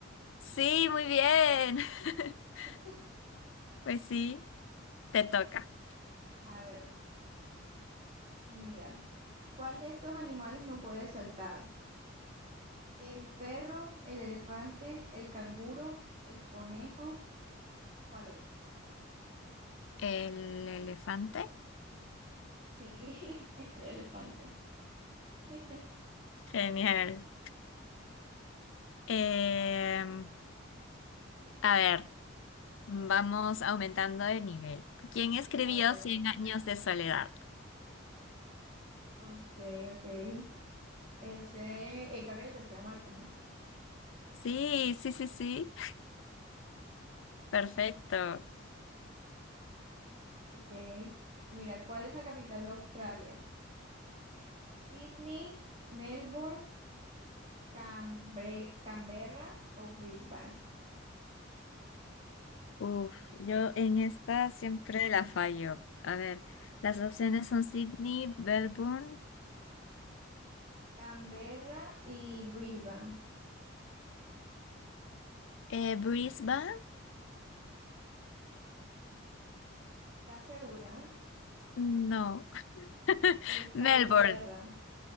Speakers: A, on the left (about 70°); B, on the right (about 35°).
A: Sí, muy bien. <laughs>
B: <laughs>
A: Pues sí, te toca.
B: A ver. Mira, ¿cuál de estos animales no puede saltar? ¿El perro, el elefante, el canguro, el conejo? ¿Cuál es?
A: El elefante.
B: Sí, <laughs> es el elefante. <laughs>
A: Genial. Em, a ver, vamos aumentando de nivel. ¿Quién escribió
B: A ver,
A: Cien años de soledad?
B: ok, ok. Ese es Gabriel García Márquez, ¿no?
A: Sí, sí, sí, sí. Perfecto.
B: Ok. Mira, ¿cuál es la capital de Australia? ¿Sydney, Melbourne, Cambre- Canberra o Brisbane?
A: Uf, yo en esta siempre la fallo. A ver, las opciones son Sydney, Melbourne,
B: Canberra y Brisbane.
A: eh, Brisbane,
B: ¿Estás segura?
A: no, <laughs>
B: Es Canberra.
A: Melbourne,